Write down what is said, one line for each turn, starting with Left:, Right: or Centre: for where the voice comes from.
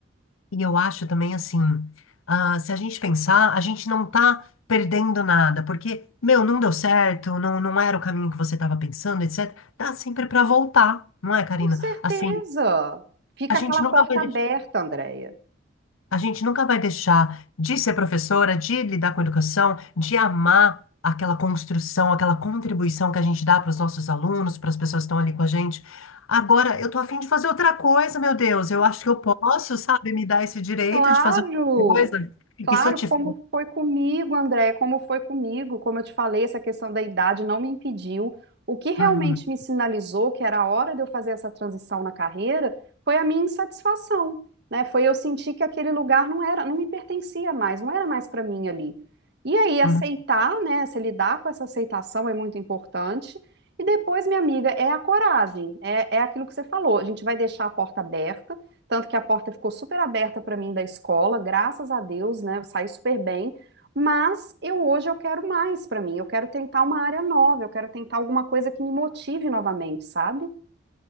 Left: E eu acho também assim, ah, se a gente pensar, a gente não tá perdendo nada, porque, meu, não deu certo, não, não era o caminho que você estava pensando, etc. Dá sempre pra voltar, não é, Karina?
Right: Com certeza.
Left: Assim,
Right: Fica
Left: a gente
Right: aquela
Left: nunca
Right: porta
Left: vai
Right: aberta, Andréia.
Left: a gente nunca vai deixar de ser professora, de lidar com educação, de amar aquela construção, aquela contribuição que a gente dá para os nossos alunos, para as pessoas que estão ali com a gente. Agora, eu tô afim de fazer outra coisa, meu Deus. Eu acho que eu posso, sabe, me dar esse direito
Right: Claro.
Left: de fazer outra coisa. E
Right: Claro,
Left: se eu tiver.
Right: como foi comigo, André, como foi comigo, como eu te falei, essa questão da idade não me impediu. O que realmente
Left: Uhum,
Right: me sinalizou que era a hora de eu fazer essa transição na carreira foi a minha insatisfação, né? Foi eu sentir que aquele lugar não era, não me pertencia mais, não era mais para mim ali. E aí aceitar,
Left: uhum.
Right: né? Se lidar com essa aceitação é muito importante. E depois, minha amiga, é a coragem, é, é aquilo que você falou. A gente vai deixar a porta aberta tanto que a porta ficou super aberta para mim da escola, graças a Deus, né? Eu saí super bem, mas eu hoje eu quero mais para mim. Eu quero tentar uma área nova, eu quero tentar alguma coisa que me motive novamente, sabe?